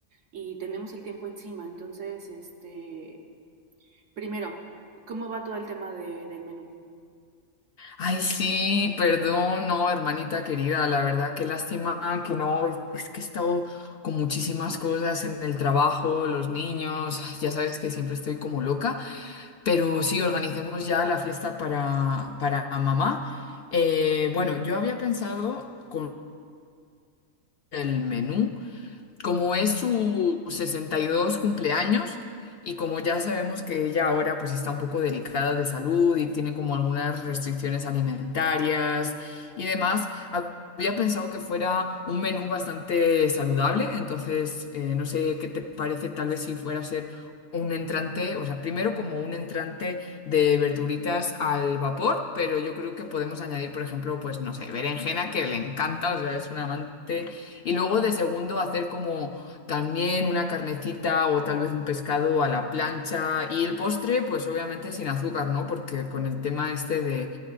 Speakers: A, on the right; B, on the left.
A: y tenemos el tiempo encima. Entonces, este, primero, ¿cómo va todo el tema de- del menú?
B: Ay, sí, perdón, no, hermanita querida, la verdad, qué lástima que no, es que he estado con muchísimas cosas en el trabajo, los niños, ay, ya sabes que siempre estoy como loca, pero sí, organicemos ya la fiesta para, para mamá. Eh, bueno, yo había pensado con el menú como es su 62 cumpleaños y como ya sabemos que ella ahora pues está un poco delicada de salud y tiene como algunas restricciones alimentarias y demás, había pensado que fuera un menú bastante saludable, entonces eh, no sé qué te parece tal vez si fuera a ser un entrante, o sea, primero como un entrante de verduritas al vapor, pero yo creo que podemos añadir, por ejemplo, pues no sé, berenjena que le encanta, o sea, es un amante y luego de segundo hacer como también una carnecita o tal vez un pescado a la plancha. Y el postre, pues obviamente sin azúcar, ¿no? Porque con el tema este de,